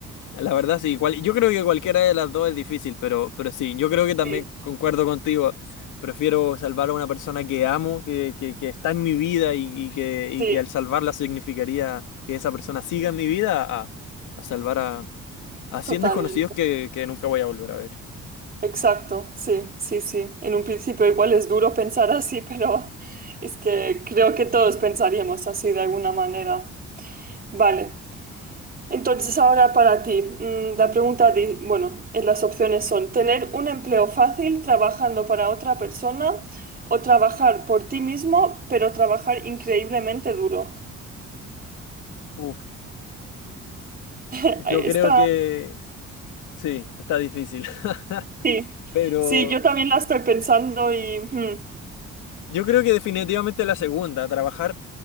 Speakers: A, on the left; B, on the right.
A: la verdad sí, cual- yo creo que cualquiera de las dos es difícil, pero, pero sí, yo creo que también
B: Sí,
A: concuerdo contigo, prefiero salvar a una persona que amo, que, que, que está en mi vida y, y que, y
B: sí,
A: que al salvarla significaría que esa persona siga en mi vida a, a salvar a, a 100
B: totalmente.
A: desconocidos que, que nunca voy a volver a ver.
B: Exacto, sí, sí, sí. En un principio igual es duro pensar así, <laughs> pero es que creo que todos pensaríamos así de alguna manera. Vale. Entonces, ahora para ti, mm, la pregunta, di- bueno, eh, las opciones son tener un empleo fácil trabajando para otra persona o trabajar por ti mismo, pero trabajar increíblemente duro.
A: Uf,
B: Eh,
A: yo creo
B: Esta,
A: que sí, está difícil,
B: sí,
A: <laughs> pero...
B: sí, yo también la estoy pensando y mm,
A: Yo creo que definitivamente la segunda, trabajar